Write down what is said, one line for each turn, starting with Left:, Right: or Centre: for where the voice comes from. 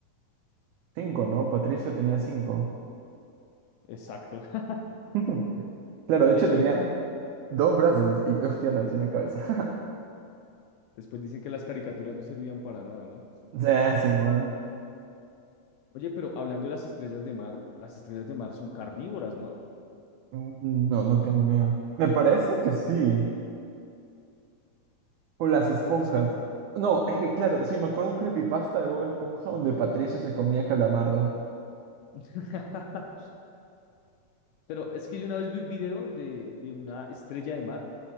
Right: Cinco, ¿no? Patricio tenía cinco.
Left: Exacto. <laughs>
Right: <laughs> Claro, de
Left: Y
Right: hecho
Left: después
Right: tenía
Left: dicen, que-
Right: dos brazos y dos piernas y una cabeza. <laughs>
Left: después dicen que las caricaturas no servían para nada, ¿no?
Right: Sí, Simón.
Left: Oye, pero hablando de las estrellas de mar, las estrellas de mar son carnívoras, ¿no?
Right: Mm, No, no tengo ni idea. Me parece que sí. O las esponjas.
Left: Porque es que...
Right: No, es que claro, sí, me acuerdo un creepypasta de Bob Esponja donde Patricio se comía calamardo.
Left: <laughs> Pero es que yo una vez vi un video de, de una estrella de mar